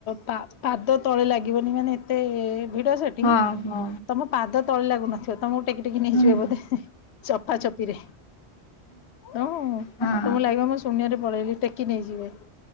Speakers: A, on the left; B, on the left.
A: ପା ପାଦ ତଳେ ଲାଗିବନି ମାନେ ଏତେ ଭିଡ ସେଠି
B: ହଁ ହଁ
A: ତମ ପାଦ ତଳେ ଲାଗୁନଥିବ ତମକୁ ଟେକି ଟେକି ନେଇଯିବ
B: ହୁଁ
A: ବୋଧେ ଚପା ଚପିରେ। ଓ
B: ହଁ
A: ତମକୁ ଲାଗିବ ମୁଁ ଶୁନ୍ୟରେ ପଳେଇଲି ଟେକି ନେଇଯିବେ